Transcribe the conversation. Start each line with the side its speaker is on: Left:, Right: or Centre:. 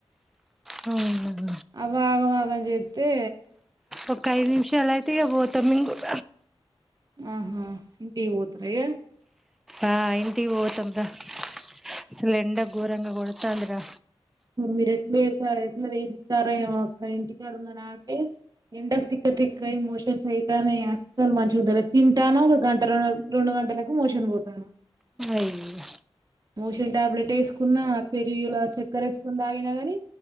Centre: హ అవును
Right: అవ్వ ఆగం ఆగం జేతే
Centre: ఒక్క ఐదు నిమిషాలు అయితే ఇగా పో తమింగూడ
Right: ఆహా ఇంటికి పోతర ఇగా
Centre: ఆ ఇంటికి వోతంరా ఆసలే ఎండ గోరంగా గొడ్తంది రా
Right: మీరు ఎట్లాయ్ తే అ ఎట్లా ఎల్తారో ఏమో అక్క ఇంటికాడ ఉన్న నాకే ఎండ తిక్క తిక్క అయి మోషన్స్ అయితనైయి అసలు మంచిగుంటలేదు తింటాను ఒక గంట రెండు రెండు గంటలకు మోషన్ పోతాన
Centre: అయ్యో
Right: మోషన్ టాబ్లెట్ వేసుకున్నా పెరిగులా చక్కర ఎస్కొని తాగిన గానీ